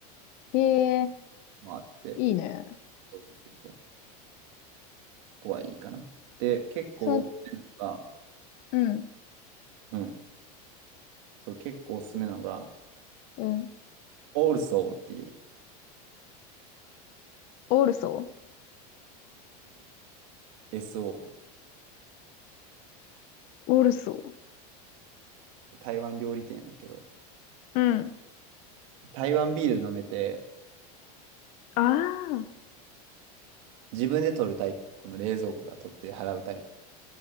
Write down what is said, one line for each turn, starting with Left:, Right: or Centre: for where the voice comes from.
Left: へえ、
Right: もあって、
Left: いいね。
Right: そうそうそうそう。そこはいいかな。で、結構おすすめなのが、
Left: その、うん、
Right: うん。そう、結構おすすめなのが、
Left: うん。
Right: ALSO っていう、
Left: オールソ
Right: ALSO、
Left: ーオールソー。
Right: 台湾料理店やねんけど、
Left: うん。
Right: 台湾ビール飲めて、
Left: ああ。
Right: 自分で取るタイプ。この冷蔵庫から取って払うタイプ。